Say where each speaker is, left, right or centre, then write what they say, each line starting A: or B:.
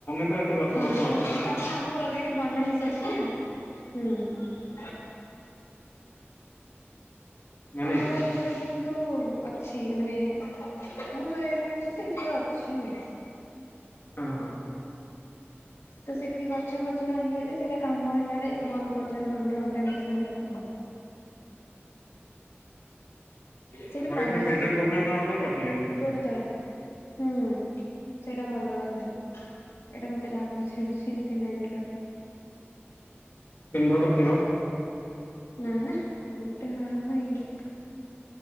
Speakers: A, on the left; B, on the left.
A: ତ ଏତେ ଗଛ
B: <inaudible> <unintelligible>
A: ଫଛ ନଥିବ ନା
B: ଆଗରୁ ଅଲେଡି ବନା ହେଇସାରିଚି ନା ହୁଁ
A: ନା ନାଇଁ
B: ଆମର ଏପଟେ କିନ୍ତୁ ଅଛି ମାନେ ମୁଁ ଯୋଉ ଏରିଆରେ ଅଛି ସେଇଠି ତ ଅଛି ଆଉ।
A: ଓ ହୋ
B: ତ ସେଠି ଗଛ ଫଛ ଭାଙ୍ଗିଗଲେ ସେଇଟା କାମ ହେଲା ଆଳେ ବନ୍ଦ କରଚନ୍ତି ଘଣ୍ଟା ଘଣ୍ଟେ ଏମିତି ଧରିକି ଆଉ। ସେଇଠି
A: ଆମର
B: ପଢିଚି
A: ଏଠି ମେଜର
B: ଟିକେ
A: ପ୍ରୋବ୍ଲେମ ନହଲେ କାଟିବେନି
B: ଗୋଡ ତଳେ ହୁଁ ସେଇଟା ଭଲ କଥା ଏଟା ମତେ ରାଗ ଛିଡୁଛି ଏମିତି ଲାଇନ୍ କଟ
A: ଇନଭର୍ଟର ଥିବ?
B: ନା ନା ଗୋଟେ ଘର ପାଇଁ